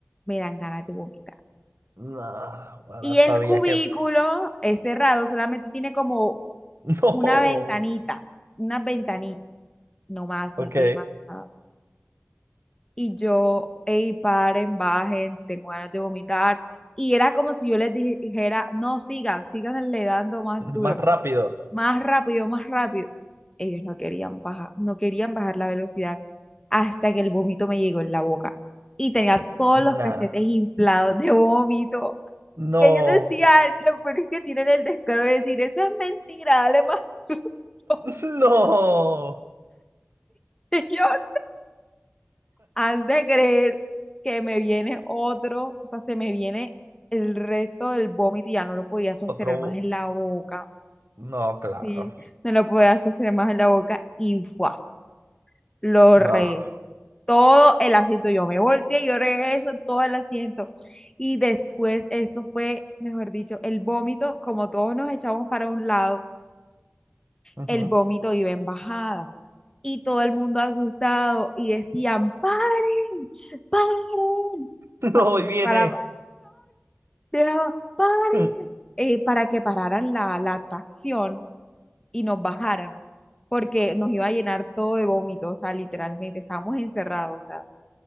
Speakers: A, on the left; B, on the right.
A: me dan ganas de vomitar.
B: No, ahora
A: Y el
B: sabía
A: cubículo
B: que... <laughs>
A: es cerrado, solamente tiene como
B: No.
A: una ventanita, unas ventanitas, no más,
B: Ok.
A: no tiene más nada. Y yo, hey, paren, bajen, tengo ganas de vomitar. Y era como si yo les di- dijera, no, sigan, sigan le dando más duro,
B: Más rápido.
A: más rápido, más rápido. Ellos no querían bajar, no querían bajar la velocidad hasta que el vómito me llegó en la boca. Y tenía todos los
B: Nah.
A: cachetes inflados de vómito.
B: No.
A: Y ellos decían, lo peor es que tienen el descaro de decir, eso es mentira, dale más. <laughs> duro.
B: <laughs> No.
A: <laughs> señor, has de creer que me viene otro, o sea, se me viene el resto del vómito, y ya no lo podía sostener
B: Otro...
A: más
B: bu-
A: en la boca,
B: No, claro.
A: sí, no lo podía sostener más en la boca y ¡fuas! Lo
B: No.
A: regué. Todo el asiento, yo me volteé, yo regué eso todo el asiento. Y después, eso fue, mejor dicho, el vómito, como todos nos echamos para un lado,
B: Ujú.
A: el vómito
B: <laughs>
A: iba en bajada. y todo el mundo asustado y decían, paren, paren,
B: No,
A: pa-
B: ahí viene.
A: para, no, dejaba, paren,
B: <laughs>
A: eh, para que pararan la, la atracción y nos bajaran, porque nos iba a llenar todo de vómito, o sea, literalmente, estábamos encerrados, o sea,